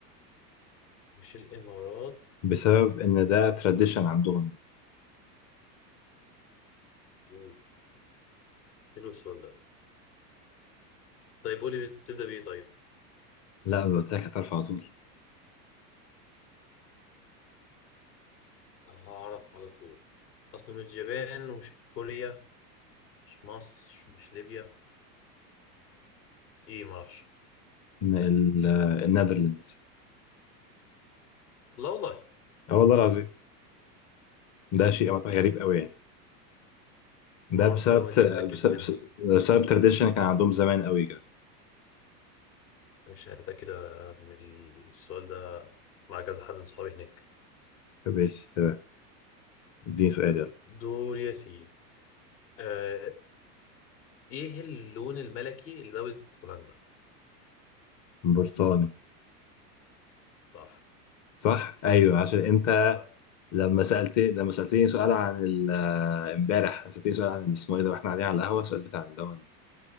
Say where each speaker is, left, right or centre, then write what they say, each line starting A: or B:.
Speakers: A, on the left; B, on the left.
A: مش الامارات
B: بسبب ان ده تراديشن عندهم
A: أوه، حلو السؤال ده طيب قولي بتبدأ بايه طيب
B: لا لو قلت لك هتعرف على طول
A: هعرف على طول اصلا مش اليابان ومش كوريا مش مصر مش ليبيا ايه ما اعرفش
B: إن ال- آه، النيدرلندز
A: لا والله
B: اه والله العظيم ده شيء غريب قوي يعني ده
A: نمر
B: بسبب
A: في المعلومه دي هتاكد
B: بسبب
A: منها
B: بسبب تراديشن كان عندهم زمان قوي كده
A: مش هتاكد آه، من السؤال ده مع كذا حد من صحابي هناك
B: ماشي تمام اديني سؤال
A: طيب
B: يلا
A: دور يا سيدي آه ايه اللون الملكي لدولة هولندا
B: برصاني
A: صح
B: صح ايوه عشان انت
A: صح
B: لما سالت لما سالتني سؤال عن ال- آه، امبارح سالتني سؤال عن اسمه ايه ده واحنا قاعدين على القهوه السؤال بتاع اللي هو ال-